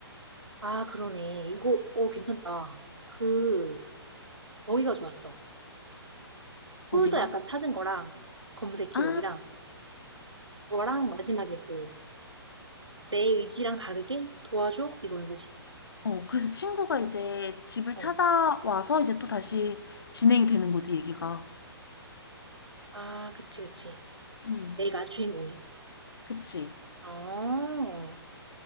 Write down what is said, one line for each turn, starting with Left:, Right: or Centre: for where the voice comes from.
Right: 아, 그러네. 이거, 오, 괜찮다. 그, 거기가 좋았어. 폴더
Left: 어디가?
Right: 약간 찾은 거랑, 검색 기록이랑,
Left: 아.
Right: 그거랑 마지막에 그, 내 의지랑 다르게 도와줘? 이거인 거지.
Left: 어, 그래서 친구가 이제 집을
Right: 어.
Left: 찾아와서 이제 또 다시 진행이 되는 거지, 얘기가.
Right: 아, 그치, 그치.
Left: 음,
Right: 내가 주인공이.
Left: 그치.
Right: 어,